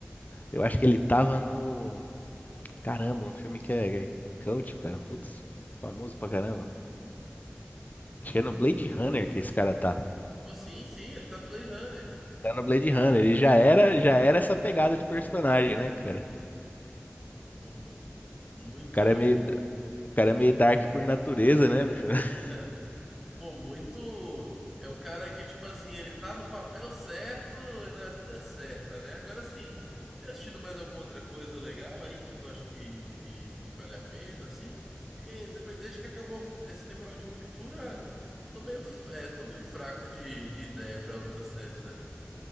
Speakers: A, on the left (about 40°); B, in the centre.
A: Eu acho que ele tava no. Caramba, um filme que é, é cult, cara. Putz, famoso pra caramba. Acho que é no Blade Runner que esse cara tá.
B: Pô, sim, sim, ele tá no Blade Runner.
A: Tá no Blade Runner. Ele já era, já era essa pegada de personagem, né, cara?
B: Pô, mu- muito.
A: O cara é meio, o cara é meio dark por natureza, né, bicho?
B: <laughs>
A: <laughs>
B: Pô, muito. É o cara que, tipo assim, ele tá no papel certo e na vida certa, né? Agora assim, tem assistido mais alguma outra coisa legal aí que tu acha que, que, que vale a pena, assim? Porque depois, desde que acabou a rup- essa temporada de Ruptura, tô meio, f- é, tô meio fraco de, de ideia pra outra série, sabe?